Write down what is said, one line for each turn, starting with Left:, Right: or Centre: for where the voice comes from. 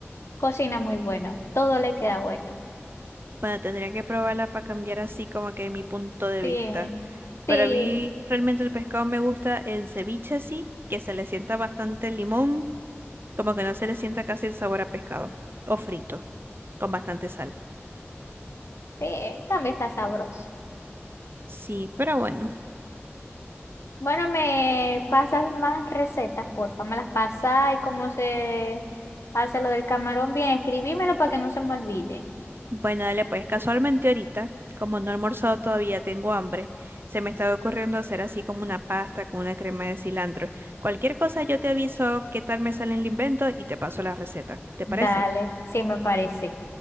Left: Cocina muy bueno, todo le queda bueno.
Right: Bueno, tendría que probarla para cambiar así como que mi punto de
Left: Sí,
Right: vista. Pero
Left: sí,
Right: a mí realmente el pescado me gusta en ceviche así, que se le sienta bastante limón, como que no se le sienta casi el sabor a pescado, o frito, con bastante sal.
Left: sí, también está sabroso.
Right: Sí, pero bueno.
Left: Bueno, me pasas más recetas, porfa, me las pasas y cómo se hace lo del camarón. Bien, escribímelo para que no se me olvide.
Right: Bueno, dale, pues casualmente ahorita, como no he almorzado todavía, tengo hambre. Se me estaba ocurriendo hacer así como una pasta con una crema de cilantro. Cualquier cosa yo te aviso qué tal me sale el invento y te paso la receta. ¿Te parece?
Left: Dale, sí me parece.